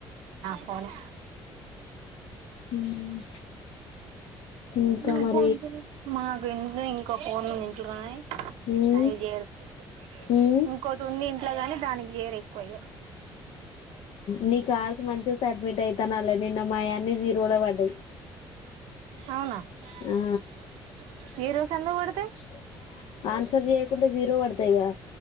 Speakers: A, on the right; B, on the left.
A: ఫోని
B: హ్మ్ ఇంకా
A: నా
B: మరి
A: ఫోన్ పేలో ఫోన్ ఇంట్లోనే <unintelligible>
B: ఉమ్ ఉమ్
A: ఇంకోట్ ఉన్నిన్ అట్లాగాని దానికి చేరి ఎక్కువయ్య
B: నీ కాల్సిన మంచెస్ అడ్మిట్ అయితనాలే నిన్న మాయన్ని జీరోలో పడ్డాయి
A: అవునా బాయ
B: ఆ
A: వళ్ వ పె ఈ రోసు ఎందుకు పడుతయ్
B: ప్చ్ ఆన్సర్ చేయకుంటే జీరో పడతయిగా,